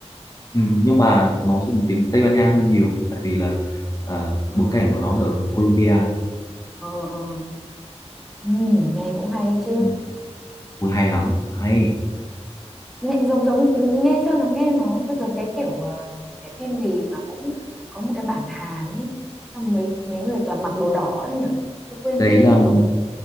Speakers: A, on the left; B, in the centre.
A: ừ, nhưng mà nó dùng tiếng Tây Ban Nha hơi nhiều tại vì là à,
B: Ờ
A: bối cảnh của nó là ở Colombia
B: ờ ờ. Ừm, nghe cũng hay đấy chứ.
A: ừ, ui, hay lắm hay
B: nghe giống giống nghe sao nó nghe nó cứ giống cái kiểu ờ, cái phim gì mà cũng có một cái bản Hàn ý xong mấy mấy người toàn mặc đồ đỏ ấy nhỉ tôi quên
A: đấy
B: tên
A: là
B: mất rồi